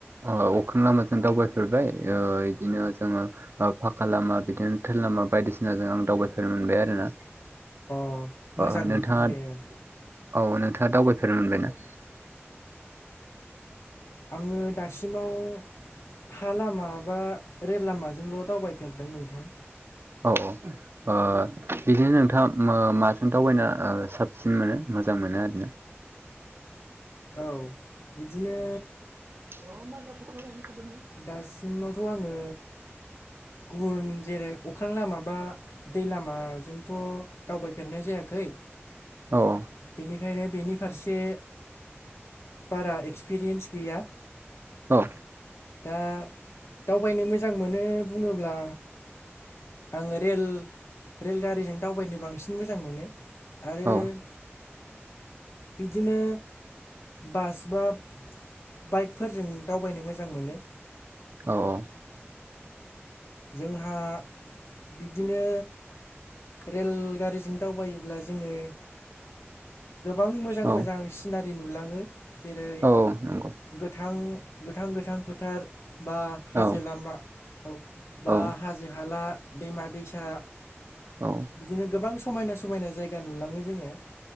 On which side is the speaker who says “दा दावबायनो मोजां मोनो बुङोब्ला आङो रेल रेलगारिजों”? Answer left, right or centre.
Left